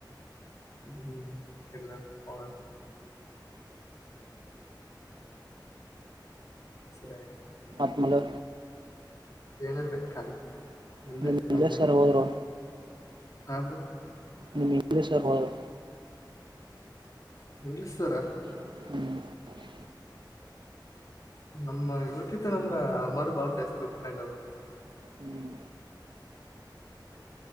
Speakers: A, on the left; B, on the right.
A: ಹ್ಮ್ ಎಲ್ಲ ಹದು. ಸರಿ ಅಯ್ತು.
B: ಮತ್ಮಲ.
A: ಏನೇಲ್ಬೇಕ ಖಾಲಿ. ನಿಮ್ದೆ
B: ನಿಮಗೆ
A: ನಮ್ದೇನು
B: ಸರ್ವರು.
A: ಹಾ. <inaudible>
B: ನಿಮ್ ಇಂಗ್ಲಿಷ್ ಸರ್ ಹೋದರು.
A: English sir.
B: ಹ್ಮ.
A: ನಮ್ಮ ಊಟಿತ್ತು ನಮ್ಗ ಮರು ಬಾಳ ಜಾಸ್ತಿ ಫ್ರೆಂಡ್ ಅವರು.
B: ಹ್ಮ್